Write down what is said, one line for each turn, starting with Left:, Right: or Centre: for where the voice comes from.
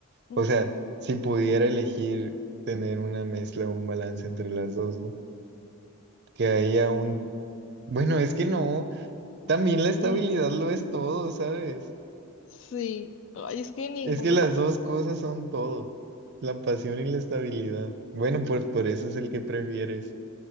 Left: mm,
Right: O sea, si pudiera elegir tener una mezcla o un balance entre las dos, ¿no? Que haya un... Bueno, es que no, también la estabilidad
Left: mm,
Right: lo es todo, ¿sabes?
Left: sí. Ay, es que ninguna.
Right: Es que las dos cosas son todo, la pasión y la estabilidad. Bueno, pues por eso es el que prefieres.